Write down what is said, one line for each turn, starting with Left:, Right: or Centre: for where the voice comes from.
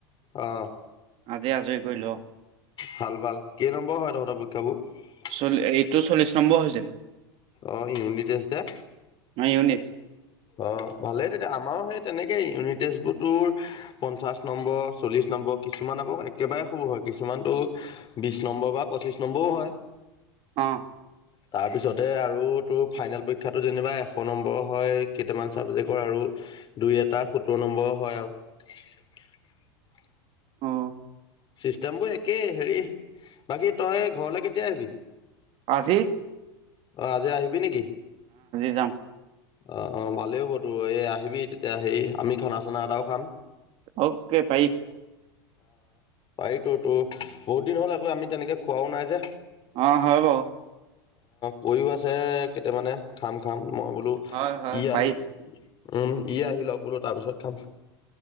Left: অ'
Right: আজি আজৰি কৰিলো আও।
Left: ভাল ভাল। কেই নম্বৰৰ হয় তহঁতৰ পৰীক্ষাবোৰ?
Right: চল এইটো চল্লিশ নম্বৰ হৈছে।
Left: অ ইউনিটেষ্ট হে?
Right: আমাৰ ইউনিট
Left: অ ভালেই তেতিয়া আমাৰো সেই তেনেকেই ইউনিটেষ্টবোৰ তোৰ পঞ্চাশ নম্বৰ চল্লিশ নম্বৰ কিছুমান আকৌ একেবাৰে সৰু হয়, কিছুমান তোৰ বিশ নম্বৰ বা পঁচিশ নম্বৰও হয়।
Right: অ।
Left: তাৰ পিছতে আৰু তোৰ ফাইনেল পৰীক্ষাটো যেনিবা এশ নম্বৰৰ হয়। কেইটামান চাবজেক্টৰ আৰু দুই এটাাৰ সত্তৰ নম্বৰ হয় আৰু হয়
Right: অ
Left: চিষ্টেম বোৰ একেই হেৰি বাকী তই ঘৰলৈ কেতিয়া আহিবি
Right: আজি
Left: অ আজি আহিবি নেকি
Right: একাম
Left: অ অ ভালেই হ'ব তো এই আহিবি তেতিয়া হেৰি আমি খানা চানা এটাও খাম
Right: অকে পাই
Left: পাৰিিতো তো বহুত দিন হ'ল আকৌ আমি তেনেকে খুৱও নাই যে
Right: অ হয় বৌ
Left: কৰিও আছে কেইটামানে খাম খাম মই বোলো
Right: হয় হয়
Left: ই
Right: ভাই
Left: আহি উম ই আহি লওক বোলো তাৰপিছত খাম